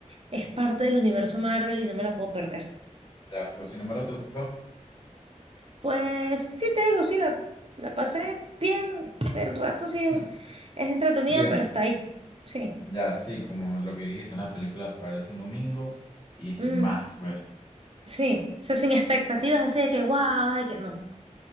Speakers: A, on the right; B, on the left.
A: es parte del universo Marvel y no me la puedo perder.
B: ya, pero sin embargo te gustó.
A: Pues sí te digo, sí, la, la pasé bien, el rato sí
B: <laughs>
A: es, es entretenida,
B: Bien,
A: pero está ahí, sí,
B: ya, sí, como lo que dijiste, una película para verse un domingo y sin
A: mm,
B: más, pues,
A: sí, o sea, sin expectativas así de que guau, ay, que no,